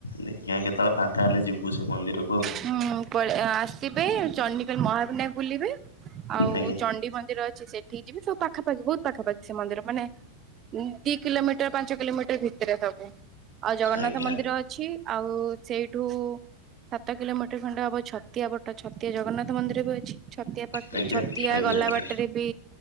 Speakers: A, on the left; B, on the right.
A: ଦେ ଖିଆ କେତେବେଳେ ଫାଙ୍କା ହେଲେ ଯିବୁ ସେ ମନ୍ଦିରକୁ ଆଉ।
B: ହୁଁ ପଳ ଆସିବେ ଚଣ୍ଡିକଲ ମହାବିନାୟ ବୁଲିବେ ଆଉ
A: ଆଜ୍ଞା
B: ଚଣ୍ଡି ମନ୍ଦିର ଅ ଛି ସେଠିକି ଯିବେ ସବ ପାଖାପାଖି ବହୁତ ପାଖାପଖି ସେନ୍ଦି ମାନେ ଦି କିଲୋମିଟର ପାଞ୍ଚ କିଲୋମିଟର ଭିତରେ ସବୁ। ଆଉ ଜଗନ୍ନାଥ
A: ଆଜ୍ଞା।
B: ମନ୍ଦିର ଅଛି ଆଉ ସେଇଠୁ ସାତ କିଲୋମିଟର ଖଣ୍ଡ ହବ ଛତିଆ ବଟ ଛତିଆ ଜଗନ୍ନାଥ ମନ୍ଦିର ବି ଅଛି ଛତିଆ।
A: ଆଜ୍ଞା
B: ଛତିଆ
A: ଆଜ୍ଞା
B: ଗଲା
A: ଆଜ୍ଞା
B: ବାଟରେ ବି